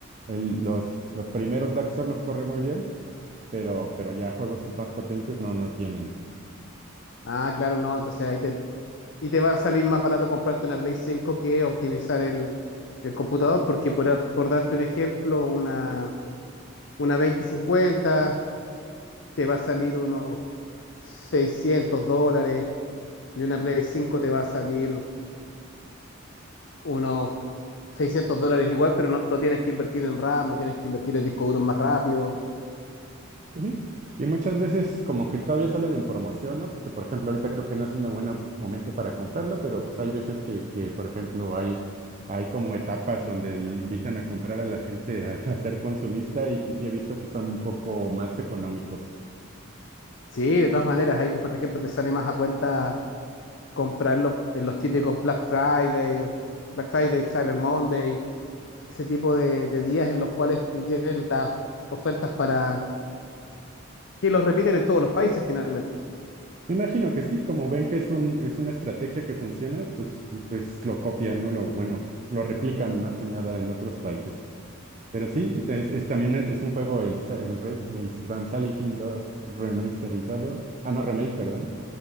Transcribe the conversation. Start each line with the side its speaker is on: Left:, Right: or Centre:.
Right: el- los, los primeros Dark Souls los corre muy bien, pero, pero ya juegos más potentes no, no tienen.
Left: Ah, claro, no, entonces ahí te, y te va a salir más barato comprarte una Play 5 que optimizar el, el computador, porque por, por darte un ejemplo, una, una veinte cincuenta te va a salir unos seiscientos dólares Y una Play 5 te va a salir unos 600 dólares igual, pero no, no tienes que invertir en RAM, no tienes que invertir en discos duros más rápido.
Right: Ujú. Y muchas veces como que todavía salen en promoción, ¿no? Porque, por ejemplo, ahorita creo que no es un buen momento para comprarlo, pero pues hay veces que, que por ejemplo, hay, hay como etapas donde le invitan a comprar a la gente a, a ser consumista y, y sí he visto que son un poco más económicos.
Left: Sí, de todas maneras, ahí, te- por ejemplo, te sale más a cuenta comprarlo en los típicos Black Friday, Black Friday, Cyber Monday, ese tipo de, de días en los cuales tú tienes las ofertas para que los repiten en todos los países finalmente.
Right: Me imagino que sí, como ven que es un, es una estrategia que funciona, pues, pues pues lo copian, ¿no? Lo, bueno, lo replican más que nada en otros países. Pero sí, es, es- también e, es un juego, el, sa- el, re- el Brand Salvation 2 remasterizado, ah, no, remake, perdón.